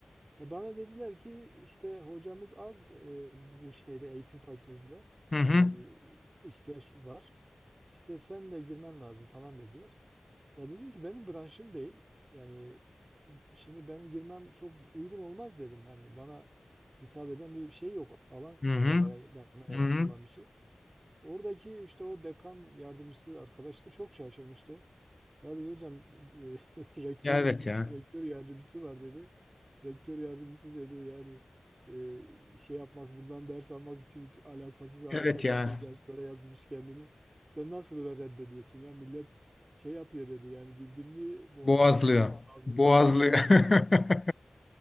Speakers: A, on the right; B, on the left.
A: Ya bana dediler ki işte hocamız az e, bu şeyde eğitim fakültesinde
B: hı
A: yani
B: hı
A: ihtiyaç var. İşte sen de girmen lazım falan dediler. Ya dedim ki benim branşım değil. Yani şimdi benim girmem çok uygun olmaz dedim. Hani bana hitap eden bir şey yok. Alan yok
B: hı
A: orada
B: hı
A: bayağı bana
B: hı
A: yakın
B: hı.
A: olan bir şey. Oradaki işte o dekan yardımcısı arkadaş da çok şaşırmıştı. Ya dedi hocam e, <laughs> rektörümüz,
B: ya evet
A: rektör
B: ya
A: yardımcısı var dedi. Rektör yardımcısı dedi yani e, şey yapmak buradan ders almak için hiç alakasız alakasız
B: evet ya
A: şey derslere yazmış kendini. Sen nasıl böyle reddediyorsun ya millet şey yapıyor dedi yani birbirini boğazlıyor
B: boğazlıyor
A: falan abi
B: boğazlıyor
A: tabiri uygunsa.
B: <laughs>